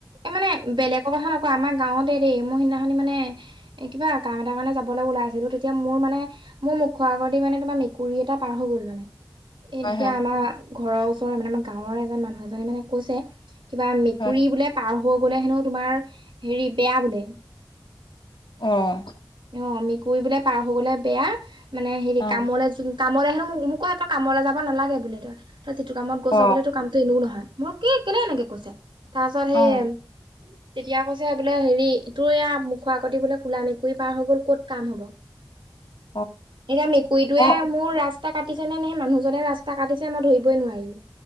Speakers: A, on the right; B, on the left.
A: এই মানে বেলেগৰ কথা নকওঁ আমাৰ গাঁৱতে এই দেই মোৰ সেইদিনাখনি মানে এই কিবা কাম এটা কাৰণে যাবলৈ ওলাই আছিলোঁ তেতিয়া মোৰ মানে মোৰ মুখৰ আগদি মানে তোমাৰ মেকুৰী এটা পাৰ হৈ গ'ল মানে এই
B: হয়
A: তেতিয়া
B: হয়
A: আমাৰ ঘৰৰ ওচৰৰে মানে আমাৰ গাঁৱৰ এজন মানুহ এজনে মানে কৈছে কিবা মেকুৰী
B: হয়
A: বোলে পাৰ হব গ'লে হেনো তোমাৰ হেৰি বেয়া বোলে।
B: অ'।
A: অ', মেকুৰী বোলে পাৰ হৈ গলে বেয়া মানে হেৰি
B: অ
A: কামলে যোন কামলৈ হেনো মোক কৈছে কামলৈ যাব নালাগে বোলে তই তই যিটো কামত গৈছ
B: অ
A: বোলে তোৰ কাম টো এনেও নহয় মই কি কেলে এনেকে কৈছে তাৰ পিছত
B: অ
A: সেই তেতিয়া কৈছে বোলে হেৰি তোৰ এয়া মুখৰ আগে দি বোলে ক'লা মেকুৰী পাৰ হৈ গ'ল ক'ত কাম হব।
B: <inaudible>
A: এতিয়া মেকুৰীটোৱে
B: অ
A: মোৰ ৰাস্ত ৰাস্তা কাটিছে নে নে সেই মানুহজনে ৰাস্তা কাটিছে মই ধৰিবই নোৱাৰিলো